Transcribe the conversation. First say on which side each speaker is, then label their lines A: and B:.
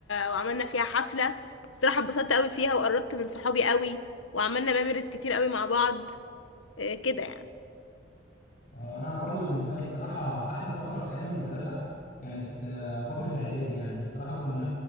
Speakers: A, on the left; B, on the left.
A: وعملنا فيها حفله الصراحه اتبسطت قوي فيها وقربت من صحابي قوي وعملنا ميموريز كتير قوي مع بعض اه، كده يعني
B: اه انا برضو بالنسبه لي الصراحه احلى فتره في ايام المدرسه كانت آه، فتره اعدادي يعني الصراحه كنا